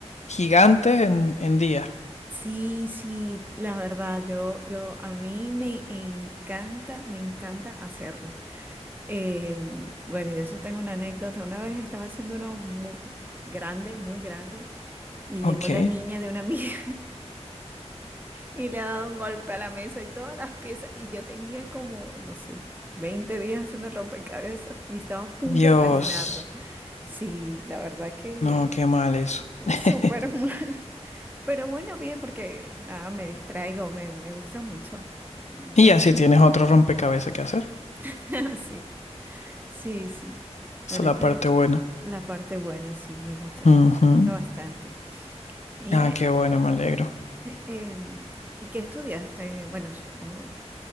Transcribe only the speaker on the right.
sí, sí, la verdad, yo, yo, a mí me encanta, me encanta hacerlo. Eh, bueno, y de eso tengo una anécdota. Una vez estaba haciendo uno muy grande, muy grande, y
llegó la niña de una amiga. Y le ha dado un golpe a la mesa y todas las piezas. Y yo tenía como, no sé, 20 días haciendo el rompecabezas y estaba a punto
de terminarla. Sí, la verdad que
súper <laughs> mal. Pero bueno, bien, porque nada, me distraigo, me, me gusta mucho. Lo,
<laughs> sí, sí, sí.
La verdad
que
la parte buena sí me gusta,
me gusta bastante. Mira,
em, ¿y qué estudiaste? Bueno, supongo